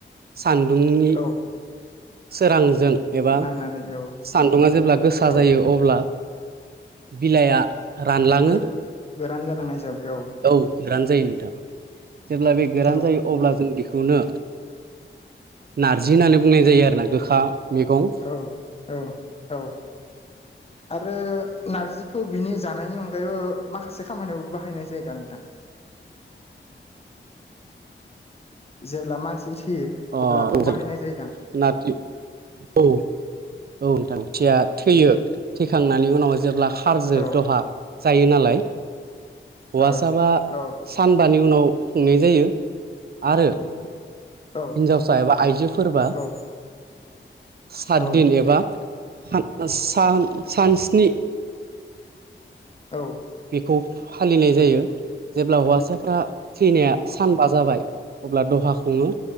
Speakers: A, on the right (about 50°); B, on the left (about 30°).
A: सान्दुंनि
B: औ
A: सोरांजों एबा
B: नांनानै औ
A: सान्दुङा जेब्ला गोसा
B: औ
A: जायो अब्ला बिलाइआ रानलाङो
B: गो गोरान जालांनाय हिसाबै औ।
A: औ गोरान जायो नोंथां जेब्ला बे गोरान
B: औ
A: जायो अब्ला जों बेखौनो नारजि होननानै बुंनाय जायो आरोना गोखा मेगं
B: औ औ औ
A: <inaudible>
B: आरो नारजिखौ बिनि जानायनि अनगायैबो माखासे खामानियावबो बाहायनाय जायो दा नोंथां। जेब्ला मानसि थैयो
A: अ
B: अब्लाथ'
A: मफ्राय
B: बाहायनाय जायोदां
A: नारजि औ औ नोंथांथिया थैयो थैखांनानै उनाव जेब्ला खारजो
B: औ
A: दहा जायो नालाय हौवासाबा
B: औ औ
A: सानबानि उनाव खुंनाय जायो आरो
B: <inaudible> औ
A: हिनजावसा एबा आइजोफोरबा
B: औ
A: सातदिन
B: औ
A: एबा सान सान सानस्नि
B: औ
A: बेखौ फालिनाय जायो जेब्ला हौवासाफ्रा थैनाया सानबा जाबाय अब्ला दहा खुङो।